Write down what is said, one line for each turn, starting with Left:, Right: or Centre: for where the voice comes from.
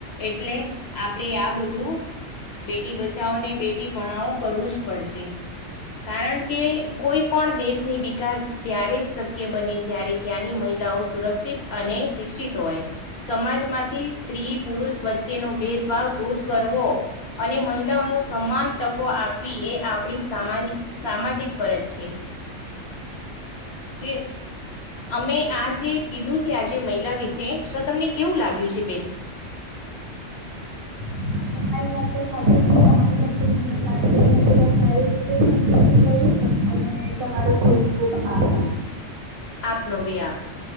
Left: એટલે આપણે આ બધું બેટી બ ચાવ ને બેટી ભણો કરવું જ પડશે. કારણ કે કોઈ પણ દેશની વિકાસ ત્યારે જ શક્ય બને જ્યારે ત્યાંની મહિલાઓ સુરક્ષિત અને શિક્ષિત હોય. સમાજમાંથી સ્ત્રી પુરુષ વચ્ચેનો ભેદભાવ દૂર કરવો અને મહિ લાઓનું સમાન તકો આપવી એ આપણી સામાની સામાજિક ફરજ છે. જે અમે આ જે કીધું છે આજે મહિલા વિશે તો તમને કેવું લાગ્યું છે બેન?
Right: હા તમારી વાત તો સાચી છે તમારી સાથે મને વાત કરીને ખૂબ સારી રીતે સમજી બી ગઈ અને તમારો ખુબ ખુબ આભાર.
Left: આપ બી આતા